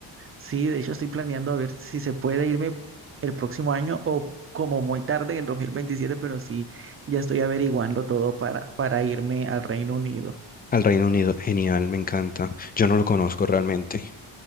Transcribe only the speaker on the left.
Al Reino Unido, genial, me encanta. Yo no lo conozco realmente.